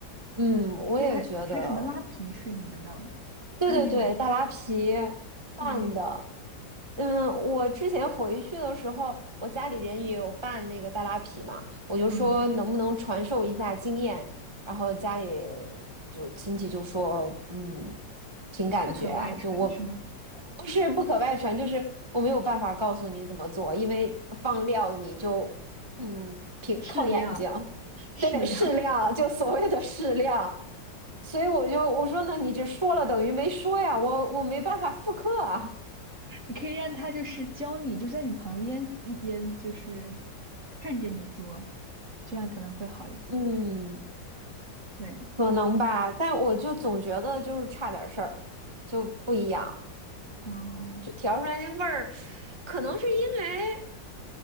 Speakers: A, on the right; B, on the right.
A: 嗯，我也觉得，
B: 对，还还有什么拉皮是你们的吗？
A: 对对对，
B: 就是那种
A: 大拉皮拌的，
B: 对。
A: 嗯，我之前回去的时候，我家里人也有办那个大拉皮嘛，我就说能不能传授一下经验，
B: 嗯，
A: 然后家里就亲戚就说，嗯，凭感觉啊，
B: 不可外传是吗？
A: 就我不是不可外传，就是我没有办法告诉你怎么做，因为放料你就嗯凭靠眼睛，
B: 适量，适量，
A: 对，适量，就所谓的适量，所以我就我说那你这说了等于没说呀，我我没办法复刻啊，
B: <laughs> 你可以让他就是教你，就在你旁边，一边就是看着你做，这样可能会好一些。
A: 嗯。
B: 对，
A: 可能吧，但我就总觉得就是差点事儿，就不一样，
B: 嗯
A: 就调出来那味儿，可能是因为。